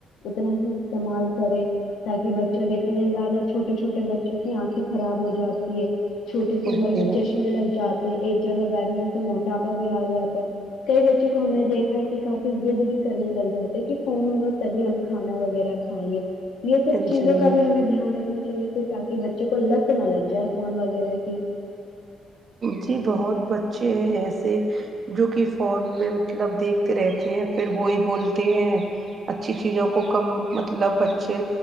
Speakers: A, on the left; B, on the right.
A: اتنا ہی استعمال کرے تاکہ بچے دیکھنے زیادہ چھوٹے چھوٹے بچوں کی آنکھیں خراب ہو جاتی ہے چھوٹی سی
B: جی
A: عمر میں چشمے لگ جا ایک جگہ بیٹھنے سے موٹاپا بھی آ جاتا ہے کئی بچے کو ہم نے دیکھا ہے کہ کا فی ضد بھی کرنے لگ جاتے کہ فون ہوگا تبھی ہم کھانا وغیرہ کھائیں گے یہ سب
B: جی
A: چیزوں
B: جی
A: کا بھی ہمیں دھیان رکھ نا چاہیے تے تاکہ بچے کو لت نہ لگ جائے فون وغیرہ کی
B: جی بہت بچے ہیں ایسے جو کہ فون میں مطلب دیکھتے رہتے ہیں پھر وہی بولتے ہیں اچھی چیزوں کو کم مطلب بچے